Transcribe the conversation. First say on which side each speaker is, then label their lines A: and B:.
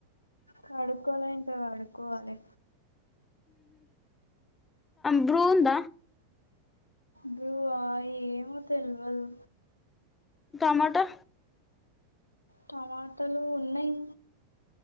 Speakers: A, on the left (about 85°); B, on the left (about 15°).
A: కడుక్కోలే ఇంకా కడుక్కోవాలి
B: బ్రు వుంద
A: బ్రు ఆ ఏమో తెల్వదు
B: టమాటో
A: టమాటలు ఉన్నాయి